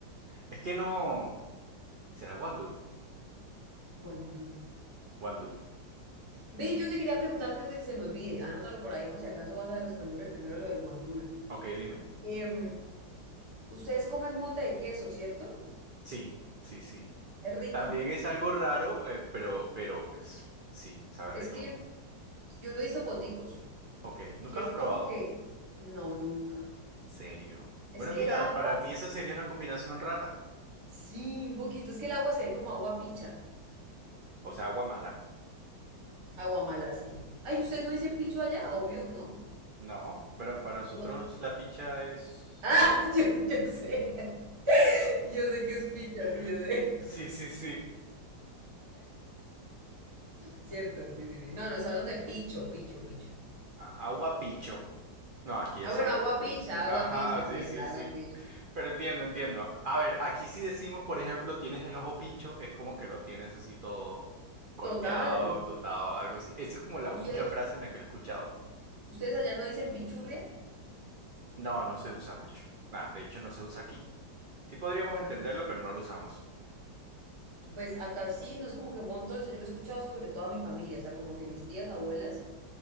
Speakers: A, on the right (about 50°); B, on the right (about 15°).
A: Es que no... ¿Será guandú?
B: Guandul.
A: ¿Guandú?
B: Ve, yo te quería preguntar antes de que se me olvide. Anótalo por ahí por si acaso vas a responderme primero lo del guandul.
A: Ok, dime.
B: Em, ustedes comen mote de queso, ¿cierto?
A: Sí, sí, sí.
B: Es rico.
A: También es algo raro, eh, pero, pero pues sí, sabe
B: Es
A: rico.
B: que yo he visto foticos
A: Ok, nunca
B: y es
A: lo has probado.
B: como que no, nunca.
A: En serio.
B: Es
A: Bueno,
B: que
A: mira,
B: el agua,
A: para ti esa sería una combinación rara.
B: sí, un poquito, es que el agua se ve como agua picha,
A: O sea, agua mala.
B: agua mala, sí. Ay, ¿ustedes no dicen picho allá? Obvio, ¿no?
A: No, pero para nosotros
B: No.
A: la picha es...
B: Ah, <laughs> yo, yo sé, <laughs> yo sé que es picha,
A: <laughs>
B: sí, yo sé.
A: Sí, sí, sí.
B: Cierto, sí, sí, sí. No, nos hablan de picho, picho, picho.
A: A- Agua picho. No, aquí
B: Ah,
A: es
B: bueno,
A: agua.
B: agua picha, agua
A: Ajá,
B: picha,
A: sí,
B: pues,
A: sí,
B: agua
A: sí.
B: picha.
A: Pero entiendo, entiendo. A ver, aquí si decimos, por ejemplo, tienes el ojo picho, es como que lo tienes así todo golpeado,
B: Total.
A: totado, algo así. Esa es como la
B: ¿Ustedes,
A: única frase en la que lo he escuchado.
B: ustedes allá no dicen pichurria?
A: No, no se usa mucho. Nah, de hecho, no se usa aquí. Sí podríamos
B: Bueno,
A: entenderlo, pero no lo usamos.
B: pues acá sí, no es como que un montón, yo lo he escuchado sobre todo a mi familia, o sea, como que mis tías, abuelas,